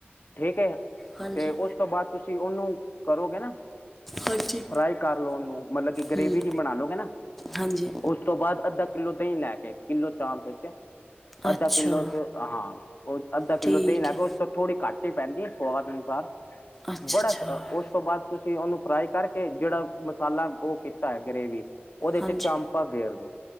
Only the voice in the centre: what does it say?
ਹਾਂਜੀ
ਹਾਂਜੀ
ਹੂੰ
ਹਾਂਜੀ
ਅੱਛਾ
ਠੀਕ
ਹੈ
ਅੱਛਾ ਅੱਛਾ
ਹਾਂਜੀ